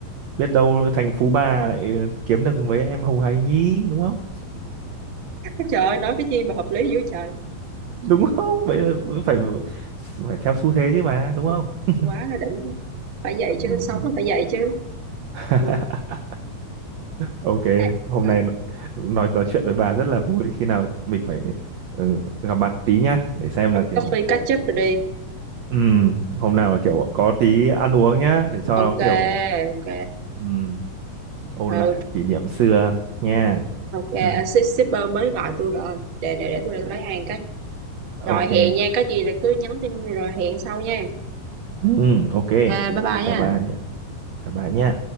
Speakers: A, on the right (about 75°); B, on the right (about 65°).
A: biết đâu thành phú bà lại kiếm được mấy em hồng hài nhí đúng không
B: Cái trời ơi, nói cái chi mà hợp lý dữ trời
A: đúng không vậy là phải phải theo xu thế chứ mà đúng không
B: quá là đỉnh phải vậy chứ
A: Ừm.
B: sống nó phải vậy chứ
A: <laughs>
B: ừ.
A: Ok,
B: à,
A: hôm nay
B: à,
A: nó- nói nói chuyện với bà rất là vui khi nào mình phải ừ, gặp mặt tí nhá để xem là
B: cốc
A: kiểu
B: coffee catch up rồi đi
A: ừm, hôm nào là kiểu có tí ăn uống nhá để cho nó
B: ok
A: kiểu
B: ok
A: ừm, ôn
B: ừ,
A: lại kỷ niệm xưa nha.
B: ok
A: Ừm,
B: à, shi- shipper mới gọi tôi rồi để để để tôi lấy hàng cái
A: ok.
B: rồi hẹn nha có gì là cứ nhắn tin rồi hẹn sau nha
A: Ừm, ok.
B: à, bye bye
A: Chào
B: nha
A: bà nhé. Chào bà nhé.